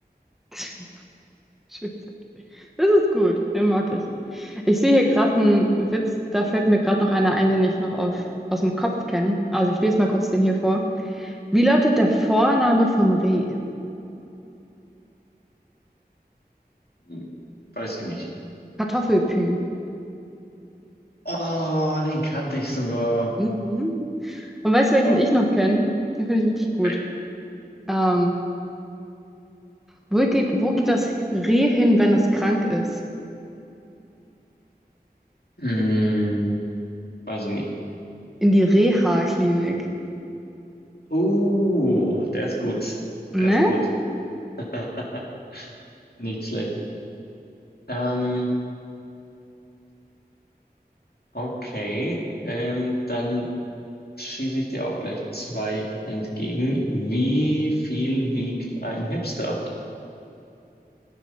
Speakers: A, in the centre; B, on the left.
A: <laughs> schön. Das ist gut. Den mag ich. Ich sehe hier gerade einen Witz, da fällt mir gerade noch einer ein, den ich noch auf, aus dem Kopf kenne. Also ich lese mal kurz den hier vor. Wie lautet der Vorname vom Reh?
B: Mhm. Weiß ich nicht.
A: Kartoffelpü.
B: Oh, den kannte ich sogar.
A: Mhm. Und weißt du, welchen
B: Aber
A: ich
B: gut,
A: noch kenne? Den finde ich richtig gut.
B: weg.
A: Ähm, wo geht, wo geht das Reh hin, wenn es krank ist?
B: Hm, weiß ich nicht.
A: In die Reha-Klinik.
B: Uh, der ist gut.
A: Ne?
B: Der ist gut. <laughs> Nicht schlecht. Ähm, okay, ähm, dann schieße ich dir auch gleich zwei entgegen. Wie viel wiegt ein Hipster?